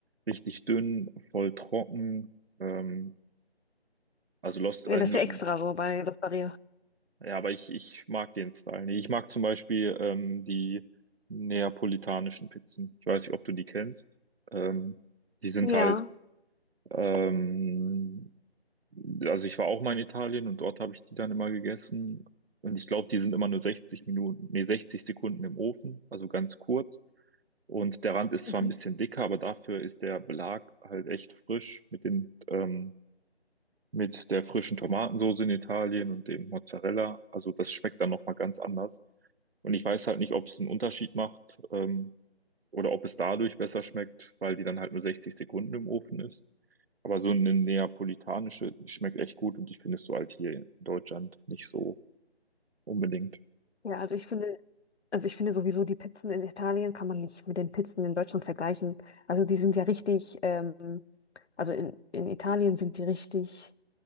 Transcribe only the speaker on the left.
Ja,
das
ist ja extra so bei Losteria.
Ja.
Mhm.
Ja, also ich finde. Also ich finde sowieso, die Pizzen in Italien kann man nicht mit den Pizzen in Deutschland vergleichen. Also die sind ja richtig, ähm, also in, in Italien sind die richtig,